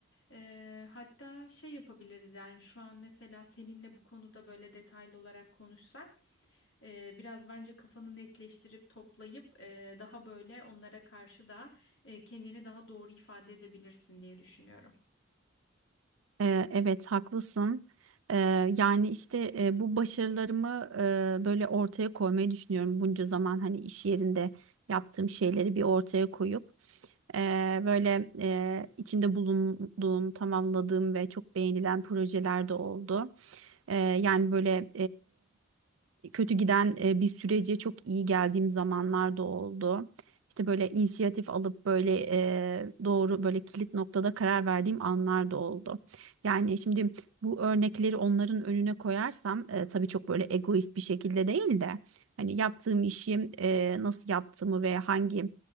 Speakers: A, on the left; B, on the right.
A: Eee, hatta şey yapabiliriz yani şu an mesela seninle bu konuda böyle detaylı olarak konuşsak ee, biraz bence kafanı netleştirip toplayıp e, daha böyle onlara karşı da e, kendini daha doğru ifade edebilirsin diye düşünüyorum.
B: Ee, evet haklısın. Ee, yani işte e, bu başarılarımı e, böyle ortaya koymayı düşünüyorum bunca zaman hani iş yerinde yaptığım şeyleri bir ortaya koyup e, böyle e, içinde bulunduğum, tamamladığım ve çok beğenilen projeler de oldu. E, yani böyle kötü giden e, bir sürece çok iyi geldiğim zamanlar da oldu. İşte böyle inisiyatif alıp böyle e, doğru böyle kilit noktada karar verdiğim anlar da oldu. Yani şimdi bu örnekleri onların önüne koyarsam e, tabii çok böyle egoist bir şekilde değil de hani yaptığım işi e, nasıl yaptığımı ve hangi